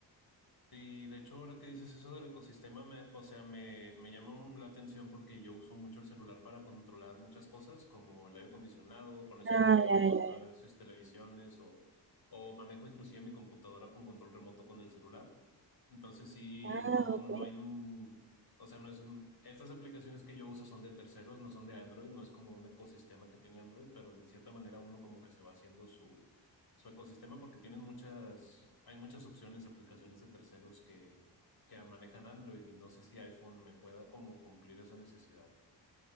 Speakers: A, on the left; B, on the right.
A: Sí, de hecho, ahora que dices eso del ecosistema, me, o sea, me, me llama un- la atención porque yo uso mucho el celular para controlar muchas cosas, como el aire acondicionado, con eso
B: Ah,
A: prendo
B: ya, ya.
A: a, a veces televisiones o, o manejo inclusive mi computadora con control remoto con el celular. Entonces sí,
B: Ah,
A: no,
B: ok.
A: no hay un, o sea, no es un, estas aplicaciones que yo uso son de terceros, no son de Android, no es como un ecosistema que tiene Android, pero de cierta manera uno como que se va haciendo su, su ecosistema porque tienen muchas, hay muchas opciones, aplicaciones de terceros que, que manejan Android y no sé si iPhone me pueda como cumplir esa necesidad.